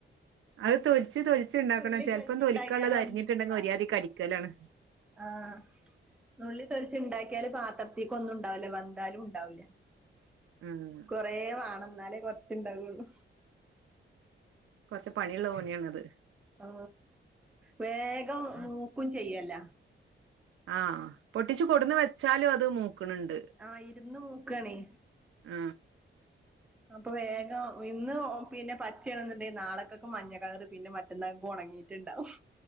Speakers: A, on the right; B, in the centre.
A: അത് തൊലിച്ച് തൊലച്ച്ണ്ടാക്കണണം.
B: നുള്ളി
A: ചിലപ്പം
B: തൊലിച്ച്
A: തൊലിക്കാനുള്ളത്
B: ഇണ്ടാക്കിയാല് ഒന്നും
A: അരിഞ്ഞിട്ടുണ്ടെങ്കിൽ
B: ഇല്ല പാത്രത്ത്ക്ക്
A: ഒര്യാദ കടിക്കലാണ്
B: ആഹ് നുള്ളി തൊലിച്ച് ഉണ്ടാക്കിയാല് പാത്രത്തേക്ക ഒന്നും ഉണ്ടാവില്ല. വന്താലും ഉണ്ടാവില്ല
A: ഉം
B: കൊറേ മാണം. എന്നാലേ കൊറച്ചുണ്ടാവുള്ളൂ
A: കുറച്ച് പണിയുള്ള പണിയാണ് അത്
B: ആ വേഗം മൂക്കും ചെയ്യല്ല
A: ആഹ് പൊട്ടിച്ച് കൊടന്ന് വെച്ചാലും അത് മൂക്ക്ണണ്ട്
B: ആ ഇര്ന്ന് മൂക്കാണേ
A: ആ
B: അപ്പൊ വേഗം ഇന്ന് പിന്നെ പച്ചയാണെന്ന്ണ്ടെന്കി നാളകേക്ക് മഞ്ഞ കളറ് പിന്നെ മ എന്നാപ്പൊ ഉണങ്ങീട്ട്ണ്ടാവും